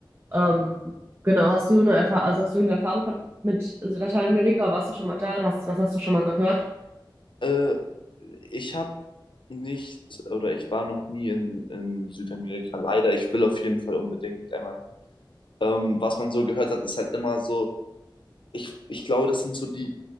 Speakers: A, on the right (about 30°); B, on the left (about 75°).
A: ähm, genau, hast du eine Erfahrung, also hast du eine Erfahrung von- mit Lateinamerika? Warst du schon mal da oder hast, was hast du schon mal gehört?
B: Äh, ich habe nicht oder ich war noch nie in, in Südamerika, leider. Ich will auf jeden Fall unbedingt einmal. Ähm, was man so gehört hat, ist halt immer so, ich, ich glaube, das sind so die